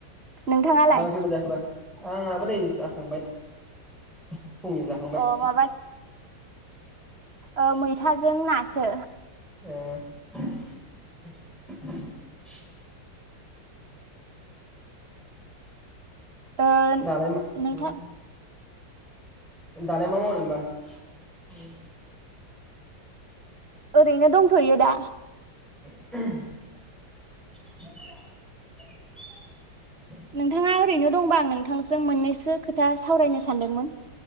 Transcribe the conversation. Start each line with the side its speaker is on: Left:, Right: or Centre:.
Right: नोंथाङालाय?
Centre: मा ओंख्रि मोनजाखो बा आंहाबो नै जाखांबाय फुंनि जाखांबाय
Right: अ माबा ओ मैथाजों नासो
Centre: ओ <inaudible>
Right: ओ
Centre: दालाय मा
Right: नोंथा
Centre: उम दालाय मा मावदोंबा <inaudible>
Right: ओरैनो दंथ'यो दा।
Centre: ओ <unintelligible>
Right: नोंथाङा ओरैनो दंबा आं नोंथांजों मोननैसो खोथा सावरायनो सानदोंमोन।